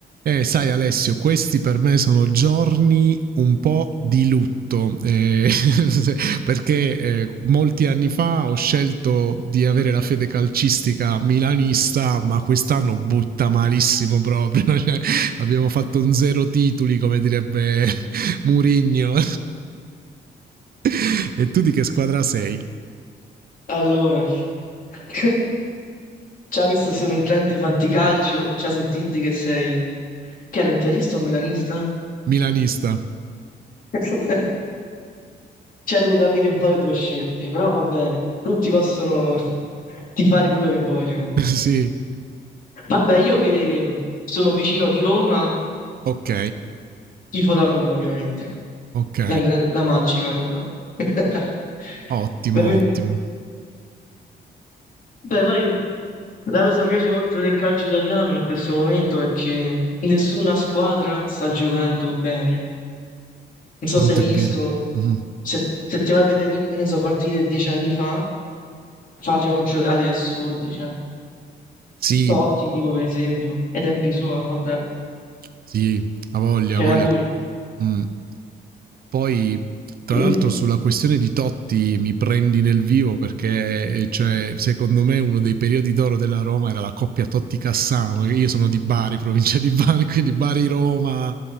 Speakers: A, on the right; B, on the left.
A: Eh, sai Alessio, questi per me sono giorni un po' di lutto, eh, <laughs> perché eh, molti anni fa ho scelto di avere la fede calcistica milanista, ma quest'anno butta malissimo proprio, <laughs> cioè, abbiamo fatto un zero titoli, come direbbe Murigno. <laughs> e tu di che squadra sei?
B: Allora, <laughs> ci ha visto sono un grande fanticalcio, ci ha sentito che sei... che era interista o milanista?
A: Milanista.
B: <laughs> Cioè, devo capire un po' le tue scelte, però va bene, tutti possono tifare quello che vogliono.
A: <laughs> sì,
B: Vabbè, io che sono vicino di Roma,
A: ok,
B: tifo la Roma, ovviamente,
A: ok,
B: la, gra- la magica Roma. <laughs>
A: ottimo,
B: Ovviamente...
A: ottimo.
B: Beh, poi la cosa che mi piace molto del calcio italiano in questo momento è che nessuna squadra sta giocando bene. Non so
A: Quanto
B: se hai
A: è vero.
B: visto,
A: Mm.
B: se, se ti vai a vedere, ne so, partite dieci anni fa, facevano giocate assurdi, cioè.
A: Sì,
B: Totti, tipo, per esempio, ai tempi suoi, vabbè,
A: Sì, ha voglia,
B: c'era
A: ha voglia.
B: lui.
A: Mm. Poi, tra
B: Mm.
A: l'altro, sulla questione di Totti mi prendi nel vivo perché, eh, cioè, secondo me, uno dei periodi d'oro della Roma era la coppia Totti-Cassano. Io sono di Bari, provincia di Bari, quindi Bari-Roma,